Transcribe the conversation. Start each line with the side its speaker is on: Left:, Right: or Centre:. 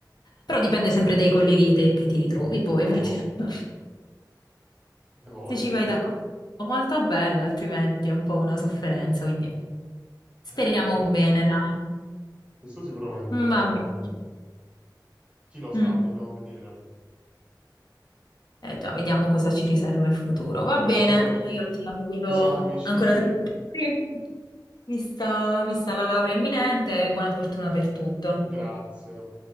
Left: Però dipende sempre dai colleghi te- che ti ritrovi poi,
Right: Ah,
Left: perché
Right: hai voglia,
Left: <laughs>
Right: hai voglia.
Left: se ci vai d'accordo è molto bello, altrimenti è un po' una sofferenza, quindi speriamo
Right: Eh, sì,
Left: bene, dai.
Right: questo sicuramente,
Left: Va
Right: però
Left: bene.
Right: chi lo sa,
Left: Mm.
Right: dobbiamo vedere.
Left: Eh già, vediamo cosa ci riserva il futuro.
Right: <laughs>
Left: Va
Right: Vabbè,
Left: bene,
Right: tanto
Left: io ti auguro
Right: ci siamo vicini.
Left: ancora tanti auguri, vista, vista la laurea imminente e buona fortuna per tutto.
Right: Grazie.